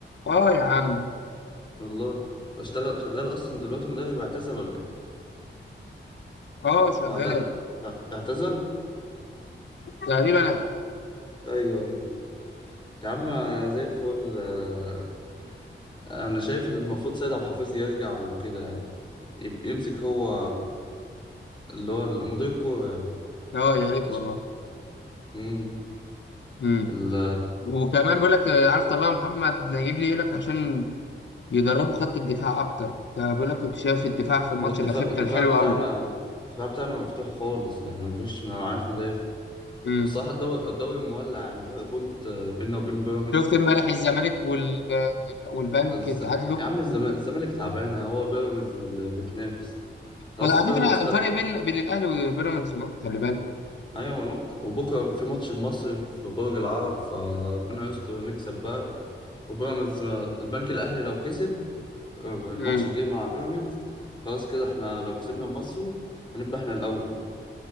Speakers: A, on the left; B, on the left.
A: أه يا عم
B: والله اشتغل شغال اصلا دلوقتي مدرب اعتزل ولا ايه
A: أه شغال
B: هو اعت- اعت- اعتزل
A: تقريبا
B: ايوه ايوه يا عم زي الفل آه، انا شايف المفروض سيد عبد الحفيظ يرجع وكده يب- يمسك هو اللي هو مدير الكورة يعني.
A: أه يا ريت
B: تش-
A: والله
B: مم.
A: مم.
B: ال-
A: وكمان بيقول لك آه، عارف طلع محمد نجيب لي يقول لك عشان يدربوا خط الدفاع اكتر فبيقول لك كنت شايف الدفاع في الماتش
B: هو الدفاع
A: الاخير كان
B: الدفاع
A: حلو
B: بتاعنا
A: قوي
B: الدفاع بتاعنا مفتوح خالص يعني ما فيش ما معناش مدافع
A: امم
B: والصراحة الدوري الدوري مولع يعني فرق بونت بيننا وبين بيراميدز
A: شفت امبارح الزمالك وال... آه، والبنك
B: الز...
A: اتعادلوا
B: يا عم الزما- الزمالك تعبانة هو بيراميدز اللي بتنافس خلاص
A: وعلى
B: بيراميدز
A: فكره الفرق
B: خد
A: بين بين الاهلي وبيراميدز نقطه خلي بالك
B: أيوة ما نقطة وبكرة في ماتش المصري في برج العرب فربنا يستر نكسب بقى وبيراميدز البنك الأهلي لو كسب الماتش
A: امم
B: الجاي مع بيراميدز خلاص كده احنا لو كسبنا المصري هنبقى احنا الاول